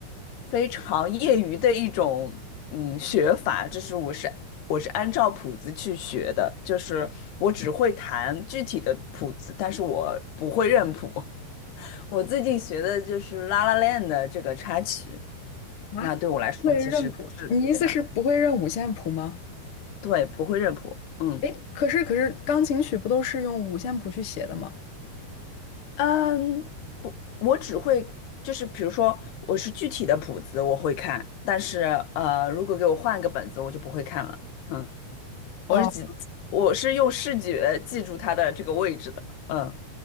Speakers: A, on the left; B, on the left.
A: 非常业余的一种嗯学法，这是我是。我是按照谱子去学的，就是我只会弹具体的谱子，但是我不会认谱。我最近学的就是《La La Land》的这个插曲，
B: 啊，
A: 那对我来说其实不是特别难，
B: 会认谱？你意思是不会认五线谱吗？
A: 对，不会认谱，嗯
B: 诶，可是可是钢琴曲不都是用五线谱去写的吗？
A: 嗯，不，我只会就是比如说我是具体的谱子我会看，但是呃，如果给我换一个本子，我就不会看了，嗯，我是记，
B: 哦，
A: 我是用视觉记住它的这个位置的，嗯，